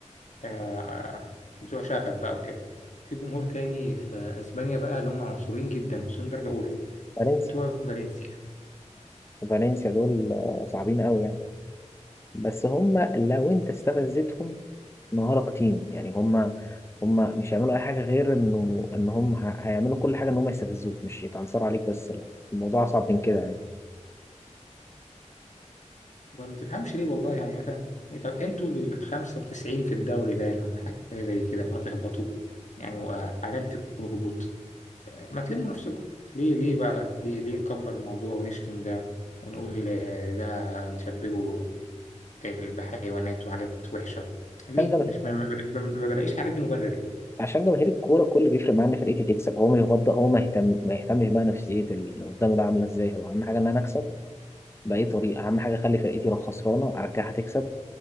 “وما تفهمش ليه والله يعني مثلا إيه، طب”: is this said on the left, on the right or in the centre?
Left